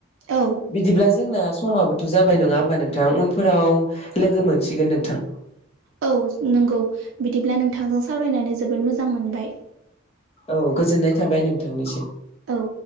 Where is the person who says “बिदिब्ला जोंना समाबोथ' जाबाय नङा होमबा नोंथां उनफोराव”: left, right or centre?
Left